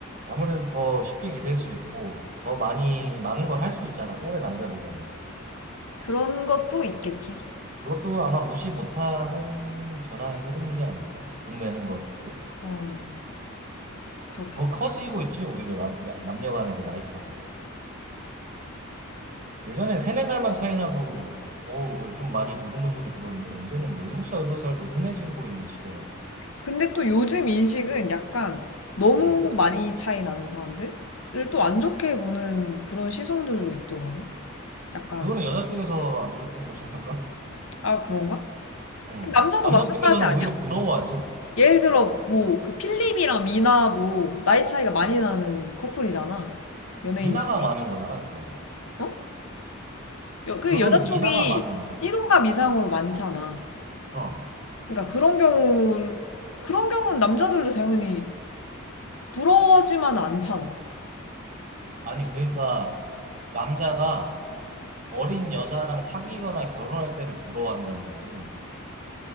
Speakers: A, on the right; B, on the left.
A: 아무래도 더 쉽게 기댈 수 있고, 더 많이, 많은 걸 할 수 있잖아, 또래 남자보다는.
B: 그런 것도 있겠지.
A: 그것도 아마 무시 못하는 변화의 흐름이지 않을까? 돈 내는 것도.
B: 어, 그렇겠다.
A: 더 커지고 있지, 오히려 남, 나- 남녀 간의 그 나이 차가. 예전에 세네 살만 차이 나도, 어우, 좀 많이 도둑놈 소리 들었는데, 이제는 뭐 일곱 살, 여덟 살도 흔해지고 있는 시대라서.
B: 근데 또 요즘 인식은 약간 너무
A: 응.
B: 많이 차이 나는 사람들을 또 안 좋게 보는 그런 시선들도 있더라고. 약간,
A: 그거는 여자 쪽에서 안 좋게 보지 않을까?
B: 아, 그런가?
A: 응.
B: 남자도
A: 남자
B: 마찬가지
A: 쪽에서는
B: 아니야?
A: 오히려 부러워하지.
B: 예를 들어, 뭐, 그 필립이랑 미나도 나이 차이가 많이 나는 커플이잖아. 연예인
A: 미나가
B: 중에.
A: 많은 거잖아, 그거는.
B: 어? 여, 그
A: 그거는
B: 여자 쪽이
A: 미나가 많은 거잖아.
B: 띠동갑 이상으로 많잖아.
A: 어.
B: 그러니까 그런 경우, 그런 경우는 남자들도 당연히 부러워하지만 않잖아.
A: 아니, 그러니까, 남자가 어린 여자랑 사귀거나 결혼할 때를 부러워한다는 거지.